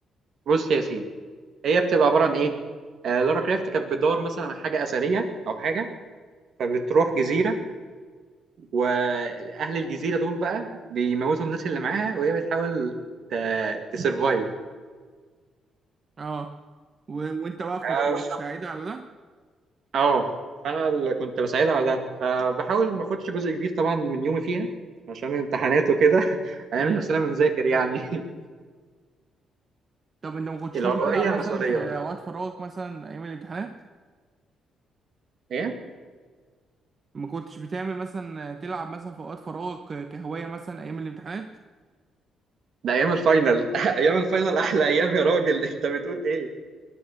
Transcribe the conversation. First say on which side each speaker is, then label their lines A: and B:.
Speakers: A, on the right; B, on the right.
A: بص يا سيدي هي بتبقى عبارة عن إيه؟ آه لارا كرافت كانت بتدور مثلا على حاجة أثرية أو حاجة فبتروح جزيرة واهل الجزيره دول بقى بيموتوا الناس اللي معاها وهي بتحاول ت- تسرفايف
B: اه و... وانت بقى كنت
A: اه
B: بتساعدها على ده
A: آه. فانا اللي كنت بساعدها على ده فبحاول ما اخدش جزء كبير طبعا من يومي فيها عشان الامتحانات وكده <laughs> هنعمل
B: امم
A: نفسنا بنذاكر يعني
B: طب انت
A: <laughs>
B: ما كنتش
A: الأولوية
B: ممكن تلعب
A: مسؤولية
B: مثلا في
A: برضه.
B: اوقات فراغك مثلا ايام الامتحانات
A: ايه
B: ما كنتش بتعمل مثلا تلعب مثلا في اوقات فراغك كهواية مثلا ايام الامتحانات
A: ده ايام الفاينل <laughs> ايام الفاينل احلى ايام يا راجل <laughs> انت بتقول ايه